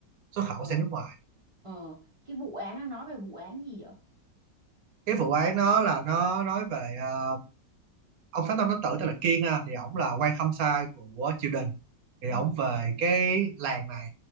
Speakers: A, on the right; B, on the right.
A: xuất khẩu
B: Ờ
A: sang nước ngoài
B: Ờ, cái vụ án nó nói về vụ án gì vậy?
A: cái vụ ấy nó là nó nói về ờ, ông Phát Tâm Thánh Tử tên là Kiên ha thì ổng là quan khâm sai của triều đình thì
B: ừ
A: ổng về cái làng này